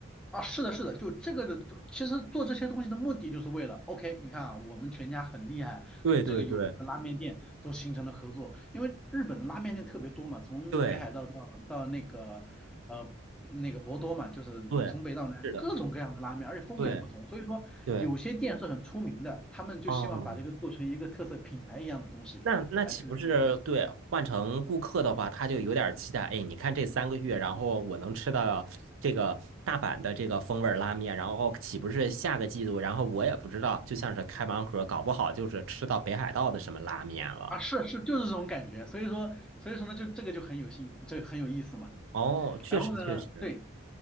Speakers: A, in the centre; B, on the right (about 75°).
A: 啊，是的，是的，就这个的，就其实做这些东西的目的就是为了，OK，你看啊，我们全家很厉害，
B: 对对对
A: 跟这个有名的拉面店都形成了合作，因为日本的拉面店特别多嘛，从北海道到到那个呃那个博多嘛，
B: 对
A: 就是从北到南各种各样的拉面，
B: 对，是的，
A: 而且风格也不同，
B: 对
A: 所以说有些店是很出名的，
B: 对，
A: 他们就希望把这个做成一个特色品牌一样的东西来推出。
B: 嗯。那那岂不是对换成顾客的话，他就有点儿期待？哎，你看这三个月，然后我能吃到这个大阪的这个风味儿拉面，然后岂不是下个季度，然后我也不知道，就像是开盲盒，搞不好就是吃到北海道的什么拉面了。
A: 啊，是是，就是这种感觉，所以说，所以说呢，就这个就很有兴，这很有意思嘛。
B: 哦，确实确实
A: 然后呢，对，